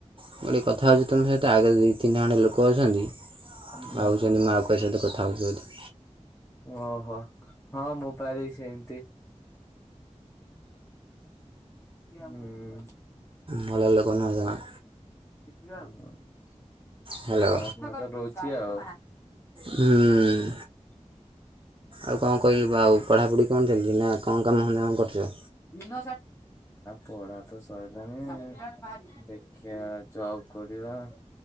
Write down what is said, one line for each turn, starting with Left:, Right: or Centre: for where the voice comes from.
Right: ଗୋଟେ କଥା ହେଉଚି ତମ ସହିତ ଆଗରେ ଦୁଇ ତିନି ଜଣ ଲୋକ ଅଛନ୍ତି
Left: ହୁଁ।
Right: ଭାବୁଛନ୍ତି ମାଆ କୁ ପଇସା ତ କଥା ହୋଉଥିବ ଯଦି
Left: ଓହୋ ହଁ ମୁଁ ପା ଏଇ ସେମିତି ହୁଁ।
Right: ଭଲ ଲୋକ ନୁହଁ ଯମା।
Left: ଦେଖିବା ଆଉ କଣ।
Right: ହ୍ୟାଲୋ
Left: ଖରାପ୍ ଭାଷା ଦୋଉଚି ଆଉ।
Right: ହୁଁ ଆଉ କଣ କହିଲୁ ବା ଆଉ ପଢ଼ାପଢ଼ି କଣ ଚାଲିଛି ନା କଣ କାମ ଧନ୍ଦା ଆଉ କଣ କରୁଚ?
Left: ନା ପଢା ତ ସରିଲାଣି, ଦେଖିଆ ଯବ୍ କରିବା।